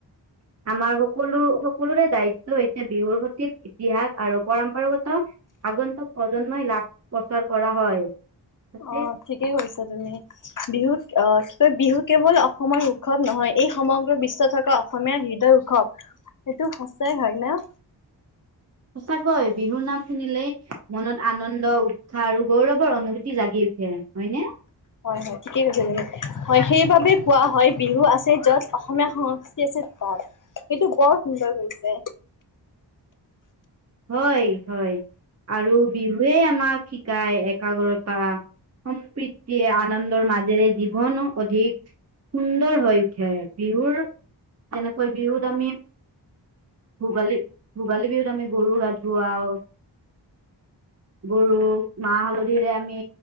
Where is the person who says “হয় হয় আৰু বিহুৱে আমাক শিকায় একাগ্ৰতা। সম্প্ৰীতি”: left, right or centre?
Right